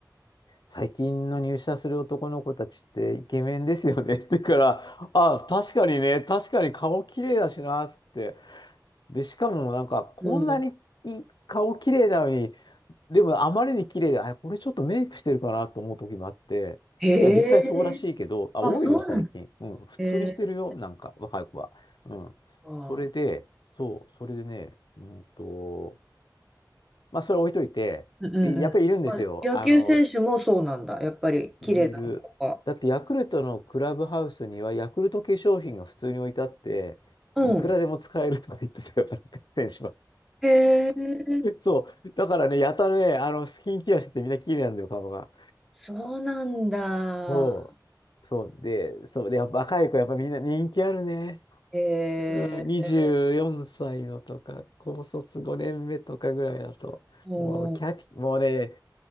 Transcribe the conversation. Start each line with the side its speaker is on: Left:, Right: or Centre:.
Left: 最近の入社する男の子たちってイケメンですよねって言うから、あ、確かにね、確かに顔綺麗だしな、つって。で、しかもなんか、こんなにいい顔綺麗なのに、
Centre: うん
Left: でもあまりに綺麗で、あ、これちょっとメイクしてるかなと思う時もあって、
Centre: へえ。
Left: いや、実際そうらしいけど、あ、
Centre: あ、
Left: 多いよ、
Centre: そうなんだ。
Left: 最近。うん、普通にしてるよ、
Centre: へえ
Left: なんか、若い子は。うん。
Centre: あ
Left: それで、そう、それでね、うんと、まあ、それは置いといて、
Centre: うんうんうん。
Left: いやっぱりいるんですよ。
Centre: あ野球選手もそうなんだ。
Left: あの、
Centre: やっぱり綺麗な子が
Left: いるいる。だって、ヤクルトのクラブハウスには、ヤクルト化粧品が普通に置いてあって、
Centre: うん。
Left: いくらでも使えるとか言ってたよ、なんか選手は。
Centre: へえ、
Left: そう。だからね、やたらね、あの、スキンケアしててみんな綺麗なんだよ、顔が。
Centre: そうなんだ。
Left: そう。そうで、そうで、やっぱ若い子、やっぱみんな人気あるね。
Centre: へえ、
Left: うん、24歳のとか、高卒5年目とかぐらいだと、
Centre: うん。
Left: もうキャピ、もうね、